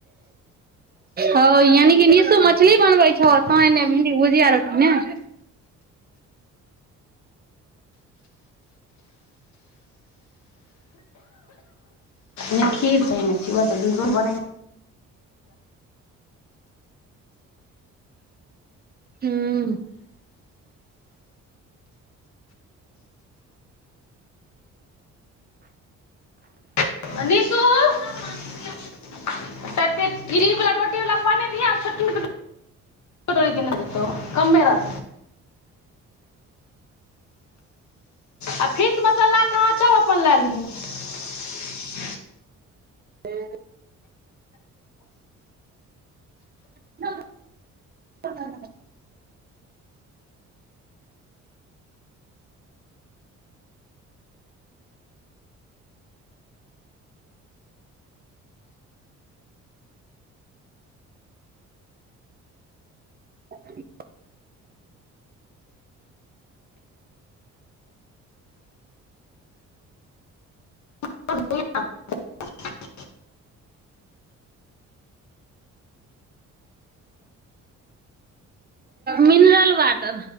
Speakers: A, on the right (about 30°); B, on the left (about 70°).
A: ह यानी की नीशु मछली बनबै छहो आ तो एन्ने भिंडी भुजिया रोटीने
B: नहि खीर छै ने खेब तऽ लूरगर बनायै
A: ह्म
B: <unintelligible> आ फीस मसला कहाँ छउ लै लिह
A: हँ ह <inaudible>
B: <unintelligible>
A: मिनरल वाटर